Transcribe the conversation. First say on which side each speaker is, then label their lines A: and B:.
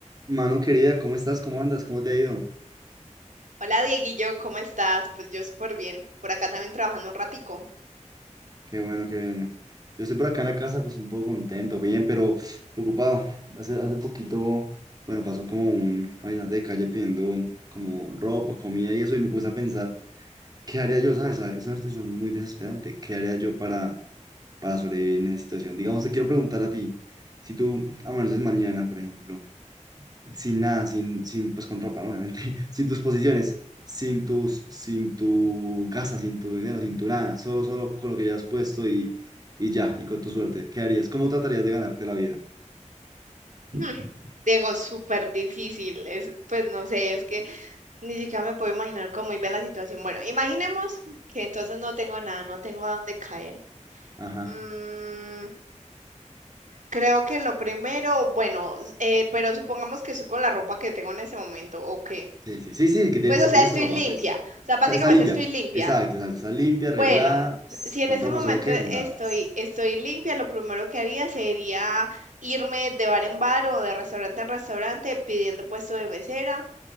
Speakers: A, on the right; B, on the right.
A: Mano querida, ¿cómo estás? ¿Cómo andas? ¿Cómo te ha ido?
B: Hola Dieguillo, ¿cómo estás? Pues yo súper bien. Por acá también trabajando un ratico.
A: Qué bueno, qué bien. Yo estoy por acá en la casa, pues un poco contento, bien, pero preocupado. Hace, hace poquito, bueno, pasó como un habitante de calle pidiendo como ropa, comida y eso, y me puse a pensar, ¿qué haría yo? ¿Sabes? Ah, Es una situación muy desesperante. ¿Qué haría yo para, para sobrevivir en esa situación? Digamos, te quiero preguntar a ti, si tú amaneces mañana, por ejemplo, sin nada, sin, sin, pues con ropa, ¿no? Obviamente, <laughs> sin tus posiciones, sin tus, sin tu casa, sin tu dinero, sin tu nada, solo, solo con lo que ya has puesto y, y ya, y con tu suerte. ¿Qué harías? ¿Cómo tratarías de ganarte la vida?
B: Hmm, Diego, súper difícil. Es, pues no sé, es que ni siquiera me puedo imaginar cómo iba la situación. Bueno, imaginemos que entonces no tengo nada, no tengo a dónde caer.
A: Ajá.
B: Mm, creo que lo primero, bueno, eh, pero supongamos que estoy con la ropa que tengo en ese momento, ¿o qué?
A: Sí, sí, sí, sí, que tienes,
B: Pues o sea,
A: tienes
B: estoy
A: ropa,
B: limpia.
A: pues.
B: O sea, básicamente
A: Está, está limpia.
B: estoy limpia.
A: Exacto, exacto. Está limpia, arreglada,
B: Bueno,
A: s-
B: si
A: con
B: en ese
A: ropa,
B: momento
A: solo que nada
B: estoy,
A: más.
B: estoy limpia, lo primero que haría sería irme de bar en bar o de restaurante en restaurante pidiendo puesto de mesera,